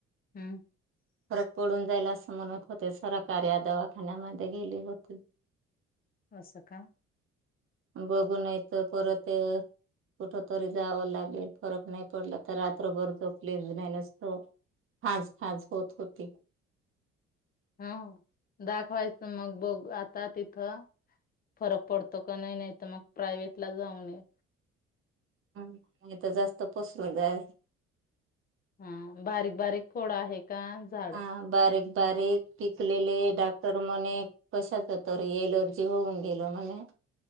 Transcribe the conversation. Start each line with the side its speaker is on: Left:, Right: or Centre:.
Left: हम्म
Right: फरक पडून जाईल असं म्हणत होते सराकारी या दवा ठाण्यामध्ये गेली होती.
Left: असं का.
Right: बघू नाहीतर परत ते. कुठ तरी जावं लागेल फरक नाही पडला तर रात्रभर झोपलेली नाही नुसत. खाज खाज होत होती.
Left: हा दाखवायचं मग बघ आता तिथं. फरक पडतो का नाही, नाही तर मग प्रायव्हेट ला जाऊन ये.
Right: हम्म नाही तर जास्त पसरून जाईल.
Left: हा बारीक बारीक फोड आहे का जाड.
Right: हा बारीक बारीक पिकलेले डॉक्टर म्हने कशाच तरी एलर्जी होऊन गेल म्हणे.